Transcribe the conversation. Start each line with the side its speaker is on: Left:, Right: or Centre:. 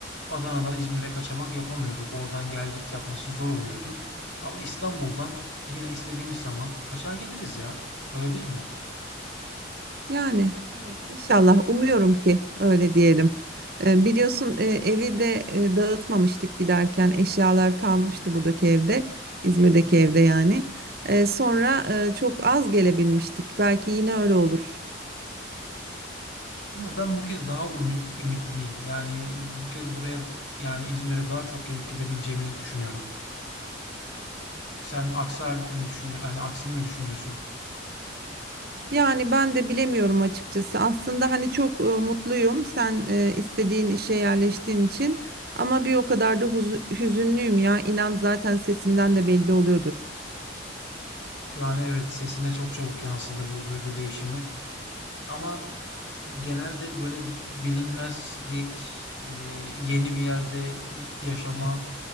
Left: Adana'dan İzmir'e kaçamak yapamıyorduk. Oradan gel git yapması zor oluyordu. Ama İstanbul'dan yine istediğimiz zaman kaçar geliriz ya. Öyle değil mi?
Right: Yani evet inşallah umuyorum ki öyle diyelim. Eee, biliyorsun eee, evi de eee, dağıtmamıştık giderken eşyalar kalmıştı buradaki evde İzmir'deki
Left: Hı hı.
Right: evde yani. Eee, sonra eee, çok az gelebilmiştik belki yine öyle olur.
Left: Ama ben bu kez daha ümit, ümitliyim. Yani bu kez buraya yani İzmir'e daha çok gelip gidebileceğimizi düşünüyorum. Sen aksi halde mi düşünüyorsun? Yani aksini mi düşünüyorsun?
Right: Yani ben de bilemiyorum açıkçası. Aslında hani çok e, mutluyum sen e, istediğin işe yerleştiğin için ama bir o kadar da huzu- hüzünlüyüm ya. İnan zaten sesimden de belli oluyordur.
Left: Yani evet sesine çok çabuk yansıdı bu duygu değişimi. Ama genelde böyle bilinmezlik, e, yeni bir yerde y- yaşama